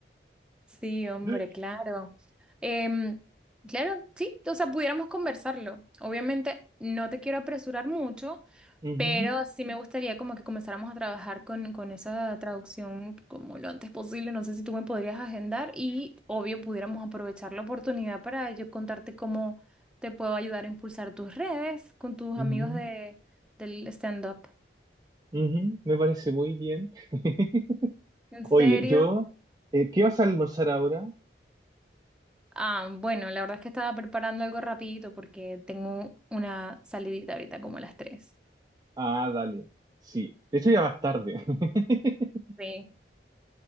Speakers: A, in the centre; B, on the right.
A: Sí, hombre,
B: <laughs>
A: claro. Em, claro, sí, o sea, pudiéramos conversarlo. Obviamente no te quiero apresurar mucho,
B: Ujú,
A: pero sí me gustaría como que comenzáramos a trabajar con, con esa traducción como lo antes posible. No sé si tú me podrías agendar y obvio pudiéramos aprovechar la oportunidad para yo contarte cómo te puedo ayudar a impulsar tus redes con tus
B: ujú,
A: amigos de, del stand-up.
B: ujú, Me parece muy bien. <laughs>
A: ¿En
B: Oye,
A: serio?
B: yo, eh, ¿qué vas a almorzar ahora?
A: Ah, bueno, la verdad es que estaba preparando algo rapidito porque tengo una salidita ahorita como a las 3.
B: Ah, dale. Sí. De hecho, ya vas tarde. <laughs>
A: Sí.